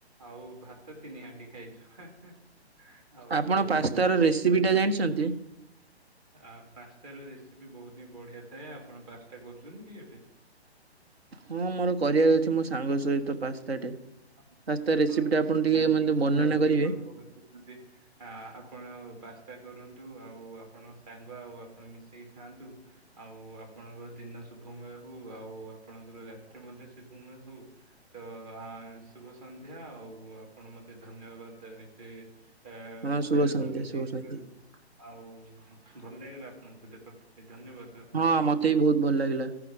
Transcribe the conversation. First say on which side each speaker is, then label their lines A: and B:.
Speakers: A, on the right (about 35°); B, on the right (about 65°).
A: ଆଉ ଭାତ ତିନି ହଣ୍ଡି। ହେଇଚୁ ହେ ହେ ଆଉ
B: ଆପଣ
A: ସେମିତି
B: ପାସ୍ତାର ରେସିପି ଟା ଜାଣିଛନ୍ତି?
A: ଆ ପାସ୍ତା ର ରେସିପି ବହୁତ୍ ହିଁ ବଢିଆ ଥାଏ। ଆପଣ ପାସ୍ତା କରୁଛନ୍ତି କି ଏବେ?
B: ହଁ ମୋର କରିବାର ଅଛି ମୋ ସାଙ୍ଗ ସହିତ ପାସ୍ତାଟେ।
A: ହଁ
B: ପାସ୍ତା
A: ଆପଣ
B: ରେସିପି ଟା ଟିକେ
A: ବହୁତ୍
B: ମତେ
A: ହିଁ ଭଲ
B: ବର୍ଣ୍ଣନା
A: ବିକଳ୍ପ
B: କରିବେ?
A: ବାଣ୍ଟୁଛନ୍ତି। ଆ ଆପଣ ପାସ୍ତା କରନ୍ତୁ ଆଉ ଆପଣ ସାଙ୍ଗ ଆଉ ଆପଣ ମିଶିକି ଖାଆନ୍ତୁ। ଆଉ ଆପଣଙ୍କର ଦିନ ଶୁଭମୟ ହଉ। ଆଉ ଆପଣଙ୍କର ରାତ୍ରି ମଧ୍ୟ ଶୁଭମୟ ହଉ। ତ ଆ ଶୁଭ ସନ୍ଧ୍ୟା ଆଉ ଆପଣ ମତେ ଧନ୍ୟବାଦ ଏତେ ଆ
B: ହଁ ଶୁଭ
A: ସମୟ
B: ସନ୍ଧ୍ୟା
A: ଦେଇଥିବାରୁ
B: ଶୁଭ ସନ୍ଧ୍ୟା।
A: ଆଉ ଭଲ ଲାଗିଲା ଆପଣଙ୍କ ସହିତ କଥା ହେଇ ଧନ୍ୟବାଦ। ଆପଣଙ୍କୁ
B: ହଁ ମତେ ବି ବହୁତ୍ ଭଲ ଲାଗିଲା।